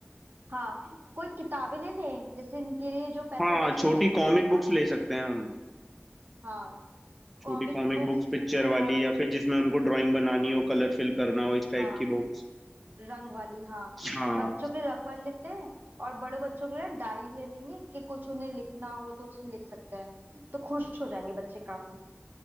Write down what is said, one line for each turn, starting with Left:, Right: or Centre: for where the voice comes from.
Right: हाँ कोई किताबें ले लें जैसे इनके लिए जो पैसा
Centre: हाँ
Right: बच
Centre: छोटी
Right: रहा है डेकोरेशन
Centre: कॉमिक बुक्स
Right: का
Centre: ले सकते हैं हम
Right: हाँ
Centre: छोटी
Right: कॉमिक
Centre: कॉमिक
Right: बुक्स
Centre: बुक्स पिक्चर
Right: या
Centre: वाली या फिर जिसमें उनको ड्राइंग बनानी हो कलर फिल करना हो इस टाइप
Right: हाँ
Centre: की बुक्स
Right: रंग वाली हाँ
Centre: हाँ
Right: बच्चों के लिए रंग वाली लेते हैं और बड़े बच्चों के लिए डायरी ले लेंगे कि कुछ उन्हें लिखना हो तो उसमें लिख सकते हैं तो खुश हो जाएंगे बच्चे काफी